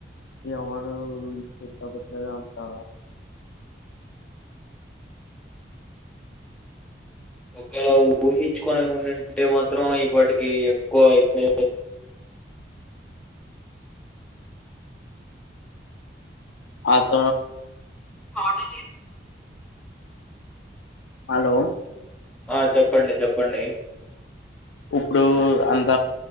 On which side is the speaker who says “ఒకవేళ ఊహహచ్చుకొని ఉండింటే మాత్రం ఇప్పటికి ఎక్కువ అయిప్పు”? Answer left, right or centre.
Centre